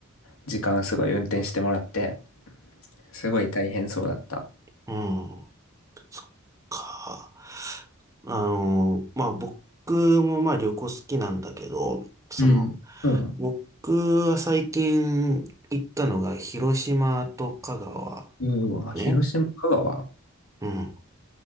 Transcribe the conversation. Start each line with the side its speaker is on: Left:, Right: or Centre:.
Left: 時間すごい運転してもらって、すごい大変そうだった。
Right: うん。そっか。あの、まあ、僕もまあ旅行好きなんだけど、その、
Left: うん。そうなの。
Right: 僕は最近行ったのが広島と香川
Left: うん、あ、広島、
Right: ね。
Left: 香川。
Right: うん。